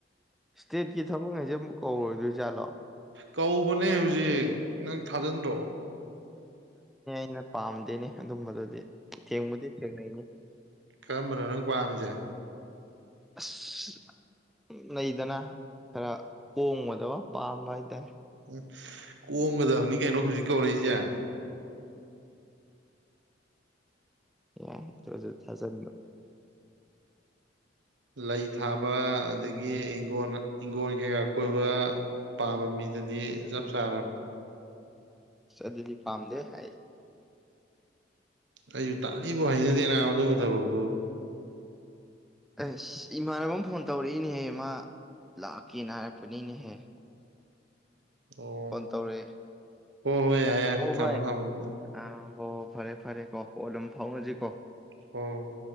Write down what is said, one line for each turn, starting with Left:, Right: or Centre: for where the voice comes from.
Centre: ꯏꯁꯇꯦꯠꯀꯤ ꯊꯕꯛ ꯍꯥꯏꯩꯁꯦ ꯑꯃꯨꯛ ꯀꯧꯔꯣꯏꯗꯣꯏꯖꯥꯠꯂꯣ
Right: ꯀꯧꯕꯅꯦ ꯍꯧꯖꯤꯛ ꯅꯪ ꯊꯥꯖꯤꯟꯗ꯭ꯔꯣ
Centre: ꯑꯅ ꯄꯥꯝꯗꯦꯅꯦ ꯑꯗꯨꯝꯕꯗꯨꯗꯤ ꯊꯦꯡꯕꯨꯗꯤ ꯊꯦꯡꯅꯩꯅꯤ
Right: ꯀꯔꯝꯕꯅꯣ ꯅꯪ ꯄꯥꯝꯃꯤꯁꯦ
Centre: ꯑꯁ ꯂꯩꯗꯅ ꯈꯔ ꯀꯣꯡꯉꯗꯕ ꯄꯥꯝꯕ ꯍꯥꯏ ꯇꯔꯦ
Right: ꯎ ꯀꯣꯝꯒꯗꯕꯅꯤ ꯀꯩꯅꯣ ꯍꯧꯖꯤꯛ ꯀꯧꯔꯛꯏꯁꯦ
Centre: ꯌꯥ ꯊꯖ
Right: ꯂꯩꯥꯏ ꯊꯥꯕ ꯑꯗꯒꯤ ꯏꯪꯣꯟꯅ ꯏꯪꯣꯣꯟ ꯀꯣꯏꯕ ꯄꯥꯝꯕ ꯃꯤꯗꯗꯤ ꯆꯞ ꯁꯥꯔꯝ
Centre: ꯁ ꯑꯗꯨꯗꯤ ꯐꯥꯝꯗꯦ ꯍꯥꯏ
Right: ꯑꯩꯁꯨ ꯇꯜꯂꯤꯕꯨ ꯍꯩꯅꯗꯦꯅ ꯑꯗꯨꯕꯨ ꯊꯕꯛꯇꯨ
Centre: ꯑꯦꯁ ꯏꯃꯥꯟꯅꯕ ꯑꯃ ꯐꯣꯟ ꯇꯧꯔꯛꯏꯅꯦꯍꯦ ꯃꯥ ꯂꯥꯛꯀꯦꯅ ꯍꯥꯏꯔꯛꯄꯅꯤꯅꯦꯍꯦ
Right: ꯑꯣ
Centre: ꯐꯣꯟ ꯇꯧꯔꯛꯑꯦ
Right: ꯍꯣ ꯍꯣꯏ ꯌꯥ ꯌꯥ ꯊꯥꯡꯃꯣ
Centre: ꯚꯥꯏ
Right: ꯊꯥꯡꯃꯗ
Centre: ꯑꯥ ꯑꯣ ꯐꯔꯦ ꯐꯔꯦ ꯀꯣ ꯍ ꯑꯗꯨꯝ ꯐꯥꯎꯅꯁꯤꯀꯣ
Right: ꯍꯣꯏ ꯍꯣꯏ ꯍꯣꯏ